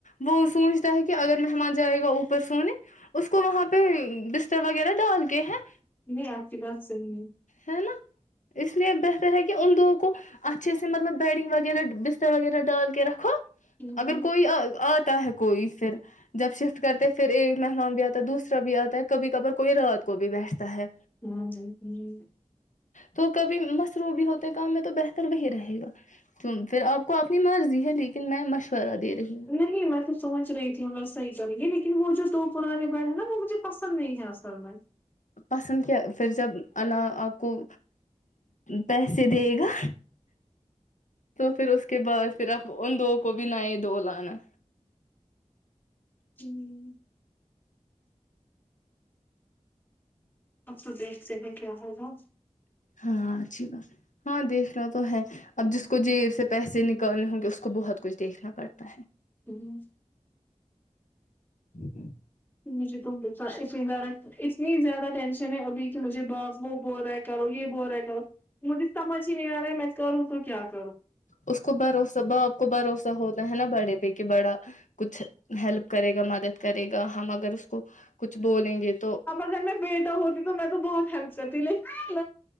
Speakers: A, on the left; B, on the left.
A: وہ سوچتا ہے کہ اگر مہمان جائے گا اوپر سونے اس کو وہاں پہ بستر وغیرہ ڈال کے ہیں
B: نہیں آپ کی بات صحیح ہے
A: ہے نا اس لیے بہتر ہے کہ ان دگوں کو اچھے سے مطلب بیڈنگ وغیرہ بستر وغیرہ ڈال کے رکھو
B: ہوں،
A: اگر
B: ہوں۔
A: کوئی آ آ تا ہے کوئی پھر جب شفٹ کرتے پھر یہ م میںمان گیا دوسرا بھی آتا ہے کبھی کبار کوئی رات کو بھی بیٹھتا ہے
B: ہ جی جی
A: تو کبھی مصروع بھی ہوتے کام میں تو بہتر وہی رہے گا پھر آپ کو اپنی مرضی ہے لیکن میں مشورہ دے رہی ہوں
B: نہیں میں تو سوچ رہی تھی ہم و صحی کریں گے لیکن م جو تو پرانے بیڑ ہیں نا وہ مجھے پسند نہیں ہے میں
A: پسند کیا پھر جب ال آپ کو پیسے دے گا تو پھر اس کے بعد پھر آپ ان دو کو بھی نئے دو لانا
B: ہوں اب تو دیکھتے ہیں کیا ہو گا
A: ہاں اچھی بات ہاں دیکھنا تو ہے اب جس کو جیب سے پیسے نکالنے ہوں گے اس کو بہت کچھ دیکھنا پڑتا ہے
B: ہوں
A: ہ ہ <inaudible>
B: ج جی د س اتنی زیادہ ٹینشن نے ابھی مجھے باپ وہ بول رہا ہے کرو گ یہ بہت مج بھی سمج نہیں آ رہا ہے میں کروں کو کیا کر
A: اس کو بھروسہ باپ کو بھروسہ ہوتا ہے نا بڑے پہ کہ بڑا کچھ ہیلپ کرے گا مدد کرے گا ہم اگر اس کو کچھ بولیں گے تو
B: ہمار گھر میں بیٹا ہوتی تو میں تو بہت ہیلپ کرتی لیکن